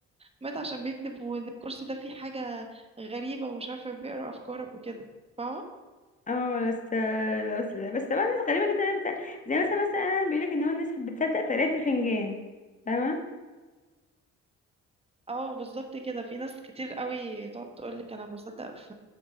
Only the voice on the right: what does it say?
مات عشان بيكذب وان الكرسي ده فيه حاجة غريبة ومش عارفة بيقرا افكارك وكده فاهمة
اه بالظبط كده في ناس كتير قوي تقعد تقول لك انا بصدق في